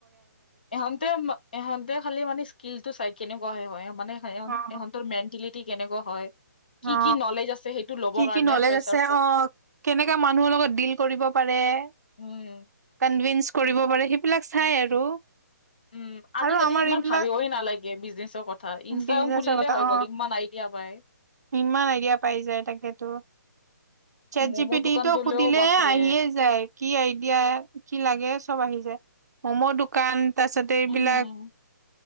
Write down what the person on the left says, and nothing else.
ইহঁতে ইহঁতে খালি মানে স্কিলটো চাই কেনেকুৱে হয়। মানে
ইহঁতৰ মেন্টেলিটি কেনেকুৱা হয়। কি
কি নলেজ আছে সেইটো ল'ব
কাৰণে
ফ্ৰেচাৰ্চক
উম।
উম, আজিকালি
ইমান
ভাবিবই নালাগে বিজনেচৰ কথা। ইনষ্টাগ্ৰাম
খুলিলে
হৈ
গ'ল, ইমান আইডিয়া। যাবাই
ম'ম'
দোকান দিলেও
বাপৰে
উম